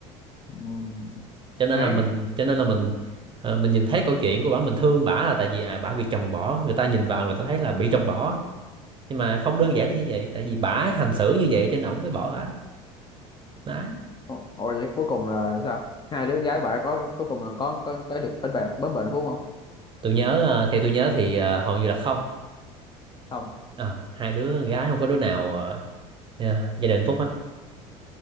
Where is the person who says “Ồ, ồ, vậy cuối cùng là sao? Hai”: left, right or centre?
Left